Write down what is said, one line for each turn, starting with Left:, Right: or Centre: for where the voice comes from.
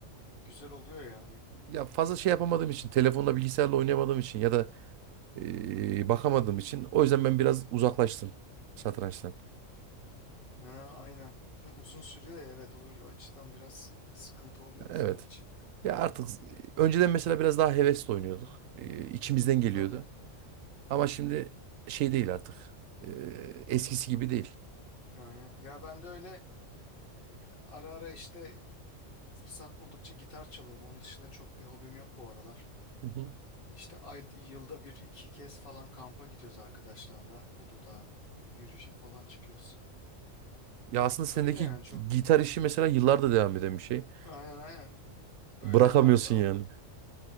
Left: Güzel oluyor yani.
Right: ya fazla şey yapamadığım için, telefonla bilgisayarla oynayamadığım için ya da e, bakamadığım için o yüzden ben biraz uzaklaştım satrançtan.
Left: Ha, aynen. Bir de uzun sürüyor ya evet o, o açıdan biraz sıkıntı oluyordu
Right: Evet.
Left: senin için.
Right: Ya artık z- önceden mesela biraz daha hevesle oynuyorduk. E, içimizden geliyordu.
Left: Tabii.
Right: Ama şimdi şey değil artık. E, eskisi gibi değil.
Left: Aynen. Ya ben de öyle e, ara ara işte fırsat buldukça gitar çalıyorum. Onun dışında çok bir hobim yok bu aralar.
Right: Hı hı.
Left: İşte ay, yılda bir iki kez falan kampa gidiyoruz arkadaşlarla. Uludağ yürüyüşe falan çıkıyoruz.
Right: Ya aslında
Left: Öyle
Right: sendeki
Left: yani çok
Right: gitar
Left: bir.
Right: işi mesela yıllardır devam eden bir şey.
Left: Aynen aynen. Öyle
Right: Bırakamıyorsun
Left: arada alıyorum.
Right: yani.